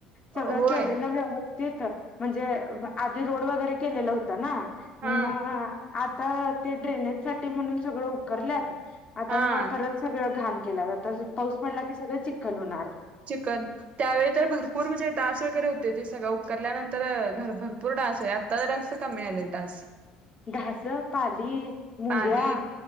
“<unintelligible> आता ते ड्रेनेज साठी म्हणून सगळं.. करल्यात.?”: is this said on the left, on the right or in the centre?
Left